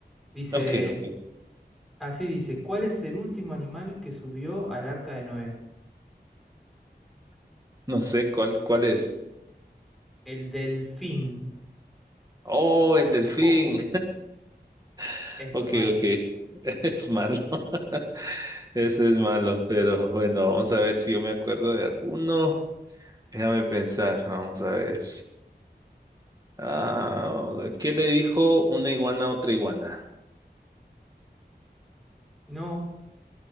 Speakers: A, in the centre; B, on the right.
A: Dice,
B: Ok, ok.
A: así dice, ¿cuál es el último animal que subió al arca de Noé?
B: No sé cuál, cuál es.
A: El delfín.
B: Oh, el
A: <laughs>
B: delfín.
A: Ujú,
B: <laughs>
A: Es muy
B: Ok,
A: malo.
B: ok. <laughs> Es malo. <laughs> Ese es malo, pero bueno, vamos a ver si yo me acuerdo de alguno. Déjame pensar, vamos a ver. Ah, ¿qué le dijo una iguana a otra iguana?
A: No,